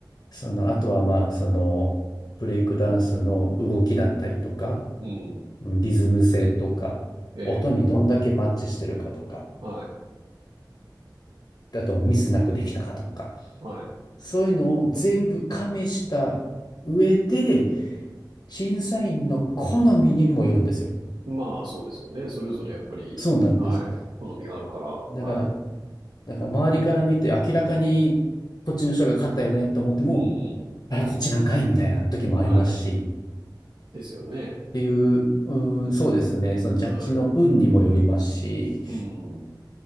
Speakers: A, on the left; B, on the right.
A: その、あとはまあ、その、ブレイクダンスの動きだったりとか、
B: い。うん。
A: うんリズム性とか、
B: ええ。
A: 音にどんだけマッチしてるかとか、
B: はい。
A: あとミスなくできたかとか、
B: はい。
A: そういうのを全部加味した上で、審査員の好みにもよるんですよ。
B: まあ、そうですよね。それぞれやっぱり、
A: そうなんです。
B: はい。好みがあるから、はい。
A: だから、だから周りから見て明らかにこっちの人が勝ったよねと思っても、
B: うん。
A: あれ、こっちなんかいみたいな時もありますし、
B: はい。ですよね。
A: っていう、うん、そうですね、そのジャッジの運にもよりますし、
B: はい。うん。